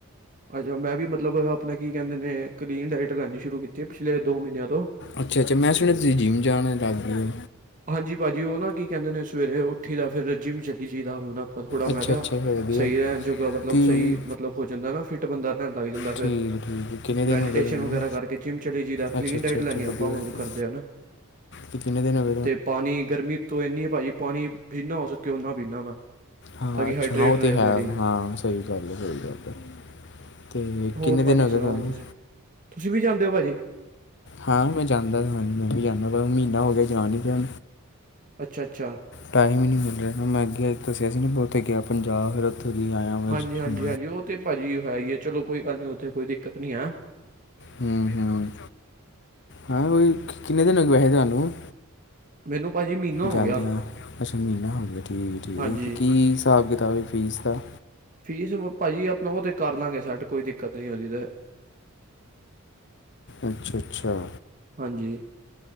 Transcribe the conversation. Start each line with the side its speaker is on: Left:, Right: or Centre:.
Right: ਅੱਛਾ ਮੈਂ ਵੀ ਮਤਲਬ ਆਪਣਾ ਕੀ ਕੈਂਦੇ ਨੇ ਕਲੀਨ ਡਾਇਟ ਲੈਣੀ ਸ਼ੁਰੂ ਕੀਤੀ ਪਿਛਲੇ ਦੋ ਮਹੀਨਿਆਂ ਤੋਂ
Left: ਅੱਛਾ ਅੱਛਾ ਮੈਂ ਸੁਣਿਆ ਤੁਸੀਂ ਜਿੰਮ ਜਾਣ ਲਾਗੇ ਓ
Right: ਹਾਂਜੀ ਭਾਜੀ ਓ ਨਾ ਕੀ ਕੇਂਦੇ ਨੇ ਸਵੇਰੇ ਉੱਠੀ ਦਾ ਫਿਰ ਜਿੰਮ ਚਲੀ ਚੀ ਦਾ ਹੁਨ ਪਰ ਥੋੜ੍ਹਾ
Left: ਅੱਛਾ
Right: ਮੈਂ ਕਿਆ
Left: ਅੱਛਾ ਫਿਰ ਵਧੀਆ
Right: ਸਈ ਰਹਿਣ ਜੋਗਾ ਮਤਲਬ
Left: ਕੀ
Right: ਸਈ ਮਤਲਬ ਹੋ ਜਾਂਦਾ ਨਾ ਫਿੱਟ ਬੰਦਾ ਰਹਿਣ ਲੱਗ ਜਾਂਦਾ
Left: ਠੀਕ
Right: ਫਿਰ
Left: ਠੀਕ ਕਿੰਨੇ ਦਿਨ
Right: ਮੈਡੀਟੇਸ਼ਨ
Left: ਹੋ ਗਏ ਤੁਹਾਨੂੰ
Right: ਵਗੈਰਾ ਕਰਕੇ ਜਿੰਮ ਚਲੀ ਜੀਦਾ ਕਲੀਨ
Left: ਅੱਛਾ ਅੱਛਾ
Right: ਡਾਇਟ
Left: ਅੱਛਾ
Right: ਲੈਣੀ
Left: ਵਧੀਆ
Right: ਆਪਾਂ ਹੁਣ
Left: ਵਧੀਆ
Right: ਕਰਦੇ <unintelligible>
Left: ਤੇ ਕਿੰਨੇ ਦਿਨ ਹੋਗੇ
Right: ਤੇ ਪਾਣੀ ਗਰਮੀ ਉਤੋਂ ਇੰਨੀ ਭਾਜੀ ਪਾਣੀ ਜਿਨ੍ਹਾਂ ਹੋ ਸਕੇ ਓਨਾ ਪੀਂਨਾ ਮੈਂ
Left: ਹਾਂ
Right: ਤਾਂ ਕਿ
Left: ਅੱਛਾ
Right: ਹਾਈਡਰੇਟ
Left: ਓ
Right: ਰਹੇ
Left: ਤੇ ਹੈ
Right: ਬੋਡੀ
Left: ਹਾਂ ਸਹੀ ਗੱਲ ਐ ਸਈ ਗੱਲ ਤੇ
Right: ਹੋਰ
Left: ਕਿੰਨੇ ਦਿਨ
Right: ਭਾਜੀ
Left: ਹੋ
Right: ਸੁਣਾਓ
Left: ਗਏ ਤੁਹਾਨੂੰ?
Right: ਤੁਸੀਂ ਤੁਸੀਂ ਵੀ ਜਾਂਦੇ ਓ ਭਾਜੀ?
Left: ਹਾਂ ਮੈਂ ਜਾਂਦਾ ਹਾਂ ਮੈਂ ਵੀ ਜਾਂਨਾ ਮਹੀਨਾ ਹੋ ਗਿਆ ਕੇ ਜਾ ਨੀ ਰਿਆ
Right: ਅੱਛਾ-ਅੱਛਾ,
Left: ਟਾਈਮ ਈ ਨੀ ਮਿਲ ਰਿਆ ਮੈਂ ਅੱਗੇ ਦੱਸਿਆ ਸੀ ਨਾ ਉੱਥੇ ਗਿਆ ਪੰਜਾਬ ਉੱਥੋਂ ਦੀ ਆਇਆ ਮੈਂ
Right: ਹਾਂਜੀ
Left: ਅੱਜ।
Right: ਹਾਂਜੀ
Left: ਹੂੰ
Right: ਹਾਂਜੀ ਓ ਤੇ ਭਾਜੀ ਹੈ ਈ ਐ ਚਲੋ ਕੋਈ ਗੱਲ ਨੀ ਉੱਥੇ ਕੋਈ ਦਿੱਕਤ ਨੀ ਆ।
Left: ਹੂੰ ਹੂੰ ਹਾਂ ਕੋਈ ਕਿੰਨੇ ਦਿਨ ਹੋਗੇ ਵੈਸੇ ਤੁਹਾਨੂੰ
Right: ਮੈਨੂੰ ਭਾਜੀ ਮਹੀਨਾ ਹੋ
Left: ਜਾਂਦੇ
Right: ਗਿਆ
Left: ਆ ਅੱਛਾ ਮਹੀਨਾ ਹੋ ਗਿਆ ਠੀਕ ਠੀਕ
Right: ਹਾਂਜੀ
Left: ਕੀ ਹਿਸਾਬ ਕਿਤਾਬ ਏ ਫੀਸ ਦਾ?
Right: ਫੀਸ ਭਾਜੀ ਆਪਣਾ ਆਬਤੇ ਕਰ ਲਾਂਗੇ ਸੈੱਟ ਕੋਈ ਦਿੱਕਤ ਨੀ ਓਦੀ ਤਾਂ
Left: ਅੱਛਾ ਅੱਛਾ
Right: ਹਾਂਜੀ